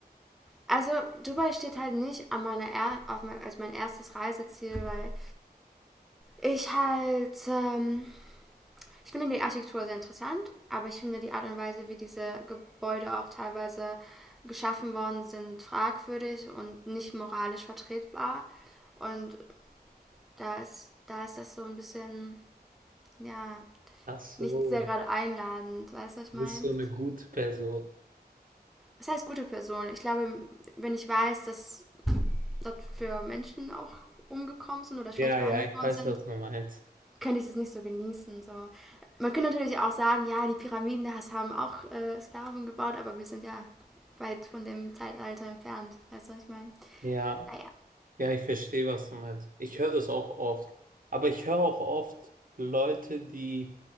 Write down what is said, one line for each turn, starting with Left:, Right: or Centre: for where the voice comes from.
Centre: Also Dubai steht halt nicht an meiner er auf mein, als mein erstes Reiseziel, weil ich halt ähm, ich finde die Architektur sehr interessant, aber ich finde die Art und Weise, wie diese Gebäude auch teilweise geschaffen worden sind, fragwürdig und nicht moralisch vertretbar. Und da ist, da ist das so ein bisschen, ja,
Right: Ach so,
Centre: nicht sehr gerade einladend, weißt du, was ich
Right: du
Centre: meine?
Right: bist so eine gute Person.
Centre: Das heißt gute Person. Ich glaube, wenn ich weiß, dass dort für Menschen auch umgekommen sind oder schlecht
Right: Ja,
Centre: behandelt
Right: ja, ich
Centre: worden
Right: weiß,
Centre: sind,
Right: was du meinst.
Centre: könnte ich das nicht so genießen. So. Man könnte natürlich auch sagen, ja, die Pyramiden das haben auch äh, Sklaven gebaut, aber wir sind ja weit von dem Zeitalter entfernt, weißt du, was ich meine?
Right: Ja.
Centre: Naja.
Right: Ja, ich verstehe, was du meinst. Ich höre das auch oft. Aber ich höre auch oft Leute, die